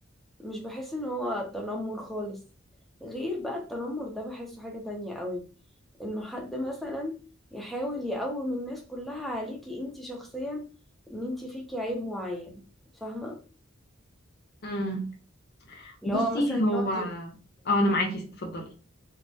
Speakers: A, in the centre; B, on the left.
A: مش بحس ان هو تنمر خالص غير بقى التنمر ده بحسه حاجة تانية قوي انه حد مثلا يحاول يقوم الناس كلها عليكي انت شخصيا ان انت فيكي عيب معين فاهمه
B: امم
A: اللي
B: بصي
A: هو مثلا
B: هو
A: يقعد
B: اه
A: يقول
B: أنا معاكي اتفضلي